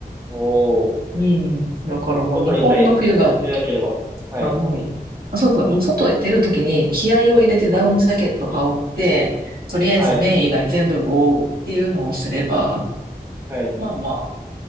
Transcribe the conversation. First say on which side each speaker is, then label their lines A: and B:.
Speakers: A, on the right; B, on the right.
A: おー。
B: うん、だからもう日本の冬が
A: 外にさえ出なければ。はい。
B: 寒い。あそうそう。もう外へ出るときに気合を入れてダウンジャケット羽織って、
A: はい。
B: とりあえず目以外全部覆うっていうのをすれば、
A: はい。はい。
B: まあまあ、